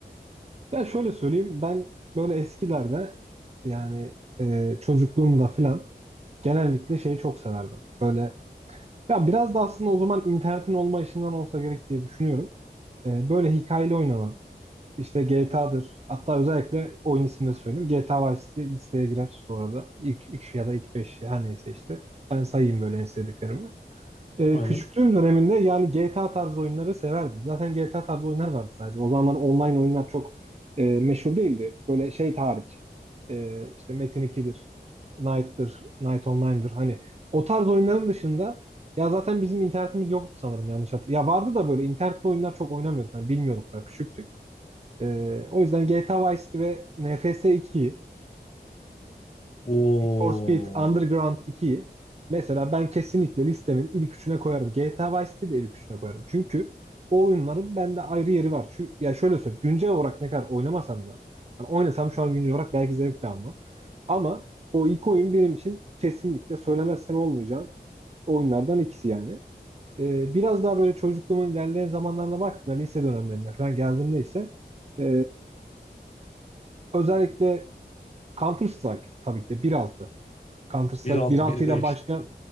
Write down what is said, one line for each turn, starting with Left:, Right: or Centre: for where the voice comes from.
Right: Ya şöyle söyleyeyim ben böyle eskilerde yani e, çocukluğumda filan genellikle şeyi çok severdim. Böyle ya biraz da aslında o zaman internetin olma işinden olsa gerek diye düşünüyorum. E, böyle hikayeli oynanan işte GTA'dır hatta özellikle oyun ismini de söyleyeyim. GTA Vice City listeye girer bu arada. İlk 3 ya da ilk 5 her neyse işte. Ben sayayım böyle en sevdiklerimi. Ee,
Left: Aynen.
Right: küçüklüğüm döneminde yani GTA tarzı oyunları severdim. Zaten GTA tarzı oyunlar vardı sadece. O zamanlar online oyunlar çok e, meşhur değildi. Böyle şey hariç. E, işte Metin 2'dir, Knight'tır, Knight Online'dır. Hani o tarz oyunların dışında ya zaten bizim internetimiz yoktu sanırım yanlış hatırlıyorum. Ya vardı da böyle internetli oyunlar çok oynamıyorduk. Hani bilmiyorduk da küçüktük. E, o yüzden GTA Vice'di ve NFS 2'yi
Left: O
Right: Need for Speed Underground 2'yi mesela ben kesinlikle listemin ilk üçüne koyarım. GTA Vice City'yi de ilk üçüne koyarım. Çünkü o oyunların bende ayrı yeri var. Çünkü, ya şöyle söyleyeyim. Güncel olarak ne kadar oynamasam da hani oynasam şu an güncel olarak belki zevk de almam. Ama o ilk oyun benim için kesinlikle söylemezsem olmayacağım oyunlardan ikisi yani. Ee, biraz daha böyle çocukluğumun ilerleyen zamanlarına baktığımda lise dönemlerine falan geldiğimde ise e, özellikle Counter Strike tabii ki de 1.6 Counter Strike
Left: Bir altı
Right: bir altı
Left: bir
Right: ile
Left: beş.
Right: başlayan